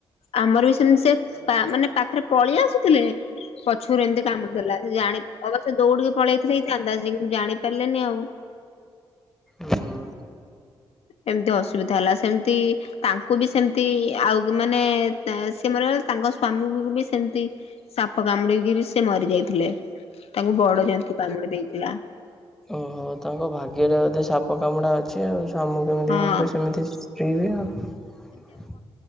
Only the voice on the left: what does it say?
ଆମର ବି ସେମିତି ସେ ମାନେ ପାଖରେ ପଳେଇ ଆସୁଥିଲେ। ପଛରୁ ଏମିତି କାମୁଡ଼ି ଦେଲା ସେ ଜାଣି ସେ ଦୌଡିକି ପଳେଇଥିଲେ ଏଇ ଅନ୍ଦାଜ ସେ କିନ୍ତୁ ଜାଣି ପାରିଲେନି ଆଉ।
ଏମତି ଅସୁବିଧା ହେଲା ସେମିତି ତାଙ୍କୁ ବି ସେମତି ଆଉ ମାନେ ସେମାନେ ତାଙ୍କ ସ୍ଵାମୀ ବି ସେମିତି ସାପ କାମୁଡିକି ବି ସେ ମରି ଯାଇଥିଲେ। ତାଙ୍କୁ ବଡ ଜନ୍ତୁ କାମୁଡି ଦେଇଥିଲା।
ହଁ